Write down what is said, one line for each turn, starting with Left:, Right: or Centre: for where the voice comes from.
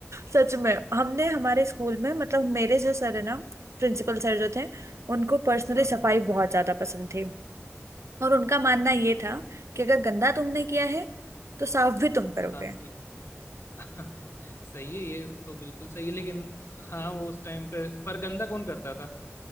Right: सच में हमने हमारे स्कूल में मतलब मेरे जो सर है ना प्रिंसिपल सर जो थे उनको पर्सनली
Left: हाँ
Right: सफाई
Left: हाँ
Right: बहुत ज्यादा पसंद थी और उनका मानना ये था कि अगर गंदा तुमने किया है तो साफ भी तुम करोगे
Left: साफ भी <laughs> सही है ये तो बिल्कुल सही है लेकिन हाँ वो उस टाइम पे पर गंदा कौन करता था